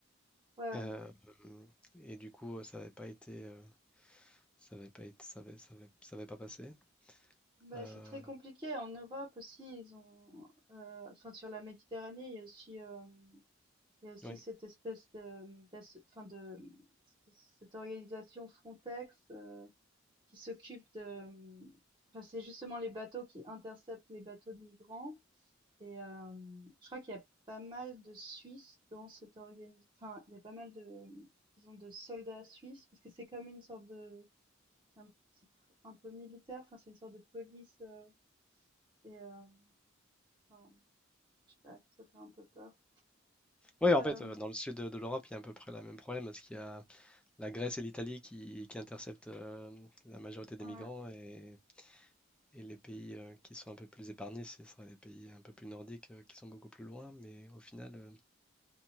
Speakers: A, on the right; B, in the centre.
A: Ouais.
B: Euh, et du coup, ça n'avait pas été. euh, Ça va pas être, ça va, ça va- ça va pas passer.
A: Bah,
B: Euh,
A: c'est très compliqué. En Europe aussi, ils ont, euh, enfin, sur la Méditerranée, il y a aussi, euh, il y a aussi
B: oui.
A: cette espèce de, d'asso- enfin, de, c- cette organisation Frontex, euh, qui s'occupe de, enfin, c'est justement les bateaux qui interceptent les bateaux de migrants. Et euh, je crois qu'il y a pas mal de Suisses dans cette organisation. Enfin, il y a pas mal de, disons, de soldats suisses, parce que c'est comme une sorte de, c'est un, c'est pr- un peu militaire. Enfin, c'est une sorte de police. euh, et euh, enfin, je sais pas, ça fait un peu peur.
B: Oui, en
A: Euh,
B: fait, euh, dans le sud de, de l'Europe, il y a à peu près le même problème parce qu'il y a la Grèce et l'Italie qui, qui interceptent euh, la majorité des
A: ouais,
B: migrants et, et les pays euh, qui sont un peu plus épargnés, ce sera les pays un peu plus nordiques euh, qui sont beaucoup plus loin. Mais au final, euh,